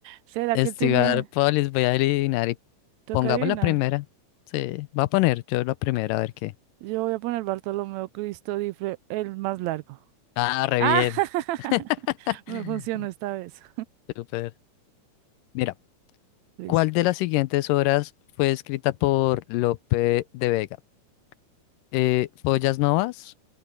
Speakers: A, on the right; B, on the left.
A: ¿Será
B: Estudiar
A: que él tiene...
B: Polis, voy a adivinar y
A: Toca
B: pongamos
A: adivinar.
B: la primera. Sí, va a poner yo la primera, a ver qué.
A: Yo voy a poner Bartolomeo Cristo Difre, el más largo.
B: Ah, re
A: ¡Ah!
B: bien.
A: <laughs>
B: <laughs>
A: Me funcionó esta vez.
B: Súper. Mira,
A: Listo.
B: ¿cuál de las siguientes obras fue escrita por Lope de Vega? Eh, ¿Follas Novas?